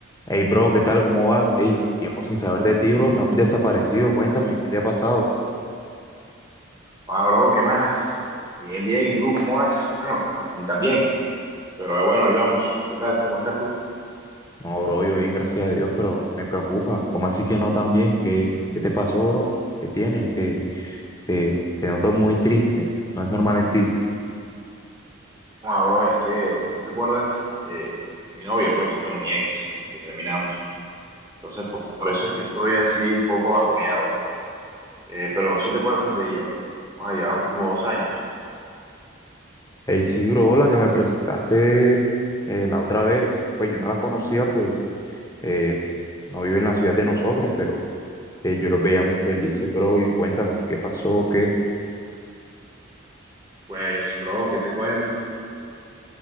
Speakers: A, on the left; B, on the right.
A: Hey, bro, ¿qué tal? ¿Cómo vas? Hey, tiempo sin saber de ti, bro. Estamos desaparecidos. Cuéntame, ¿qué te ha pasado?
B: Ah, bro, ¿qué más? Bien, bien, ¿y tú cómo vas? Bueno, bueno, y también, pero eh, bueno, ahí vamos. ¿Qué tal? ¿Cómo estás tú?
A: No, bro, yo bien, gracias a Dios, pero me preocupa. ¿Cómo así que no tan bien? ¿Qué, qué te pasó, bro? ¿Qué tienes? Te, te, te noto muy triste. No es normal en ti.
B: No, Ah, bro, es que tú te acuerdas que mi novia, pues, bueno, mi ex, porque terminamos. Entonces, por, por eso es que estoy así un poco bajoneado. Eh, pero sí te acuerdas de ella. Ah, llevamos como dos años.
A: Hey, sí, bro, la que me presentaste eh, la otra vez. Pues yo no la conocía, pues eh, no vive en la ciudad de nosotros, pero eh, yo los veía muy felices, bro. Y cuéntame, ¿qué pasó? ¿Qué?
B: Pues, bro, ¿qué te cuento?